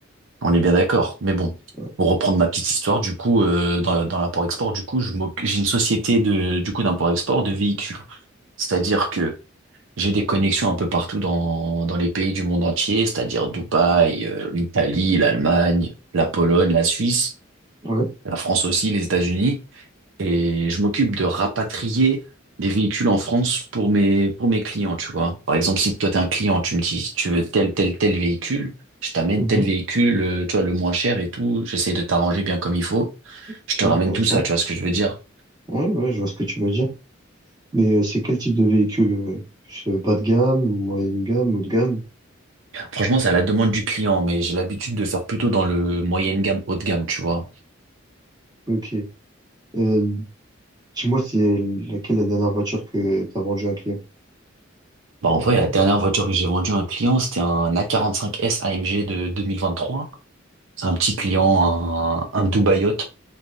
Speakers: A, on the right; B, on the right.
A: On est bien d'accord. Mais bon,
B: Ouais.
A: pour reprendre ma petite histoire, du coup, euh, dans, dans l'import-export, du coup, je m'oc- j'ai une société de, du coup, d'import-export de véhicules. C'est-à-dire que j'ai des connexions un peu partout dans, dans les pays du monde entier, c'est-à-dire Dubaï, euh, l'Italie, l'Allemagne, la Pologne, la Suisse,
B: Ouais.
A: la France aussi, les États-Unis. Et je m'occupe de rapatrier des véhicules en France pour mes, pour mes clients, tu vois. Par exemple, si toi, t'es un client, tu me dis, tu veux tel, tel, tel véhicule, je t'amène
B: Mhm.
A: tel véhicule, euh, tu vois, le moins cher et tout. J'essaie de t'arranger bien comme il faut.
B: Ok,
A: Je te
B: intéressant.
A: ramène tout ça, tu vois ce que je veux dire.
B: Ouais, ouais, je vois ce que tu veux dire. Mais euh, c'est quel type de véhicule? euh, Plus euh, bas de gamme, moyenne gamme, haut de gamme?
A: Franchement, c'est à la demande du client, mais j'ai l'habitude de faire plutôt dans le moyenne gamme, haut de gamme, tu vois.
B: Ok. Euh, dis-moi, c'est laquelle la dernière voiture que t'as vendue à un client?
A: Bah, en vrai, la dernière voiture que j'ai vendue à un client, c'était un A45S AMG de 2023. C'est un petit client, un, un Dubaïot.